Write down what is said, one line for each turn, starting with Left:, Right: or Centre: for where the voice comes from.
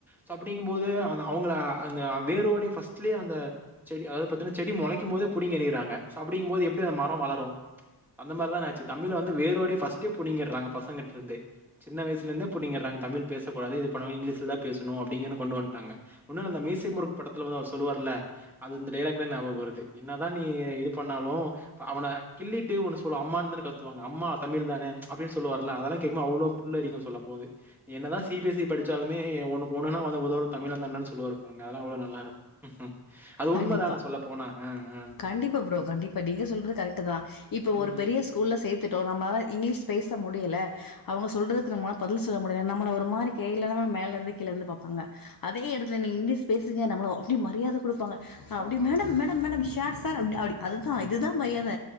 Centre: சோ அப்டிங்கு போது அந்த அவுங்கள அந்த வேரோடே ஃபஸ்ட்லே அந்த செடி அதாது பாத்தீனா செடி மொளைக்குபோதே புடிங்கி எறியிறாங்க சோ அப்டிங்கபோது எப்டி அந்த மரோ வளரு அந்த மாரி தான ஆச்சு தமிழ வந்து வேரோடே ஃபஸ்ட்டே புடுங்கிடறாங்க பசங்கிட்டர்ந்தே சின்ன வயசுலர்ந்தே புடிங்றாங்க தமிழ் பேசக்கூடாது இது பண்ணணு இங்கிலீஷல தா பேசணு அப்டிங்கனு கொண்டு வட்டாங்க ஒன்னு இல்ல அந்த மீசைய முருக் படத்துல வந்து அவரு சொல்லுவார்ல்ல அது இந்த டயலாக் தா ஞாபக வருது என்னதா நீ இது பண்ணாலு இப்ப அவன கிள்ளிட்டு ஒன்னு சொல்ல அம்மான்னு தான கத்துவாங்க அம்மா தமிழ் தான அப்டின்னு சொல்லுவார்ல அதல்லா கேக்குபோது அவ்ளோ புல்லரிக்கு சொல்ல போது என்னதா சி பி எஸ் சி படிச்சாலுமே எ ஒன்னுக்கு ஒண்ணுன்னா வந்து உதவுறது தமிழந்தான்டானு சொல்லுவாரு பாருங்க அதெல்லா அவ்ளோ நல்லாருக்கு அது உண்மதான
Left: கண்டிப்பா
Centre: சொல்ல போனா அ அ
Left: கண்டிப்பா ப்ரோ கண்டிப்பா நீங்க சொல்றது கரெக்ட் தா இப்ப
Centre: ம்.
Left: ஒரு பெரிய ஸ் கூல்ல சேத்துட்டோ நம்மளால இங்கிலீஷ் பேச முடியல அவுங்க சொல்றதுக்கு நம்மளால பதில் சொல்ல முடியல நம்மள ஒரு மாரி கே லன்னமா மேல இருந்து கீழ இருந்து பாப்பாங்க அதே எடத்துல நீ இங்கிலீஷ் பேசுங்க நம்மலோ அப்டி மரியாத குடுப்பாங்க அப்டி
Centre: பாப்பாங்க.
Left: மேடம் மேடம் மேடம் ஸா சார் அப் அப்டி அததா இதுதா பையாத